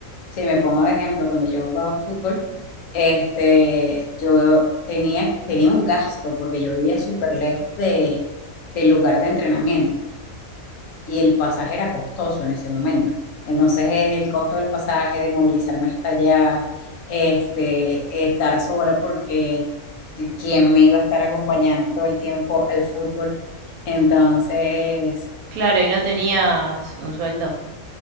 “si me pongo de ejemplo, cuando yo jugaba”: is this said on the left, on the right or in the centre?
Left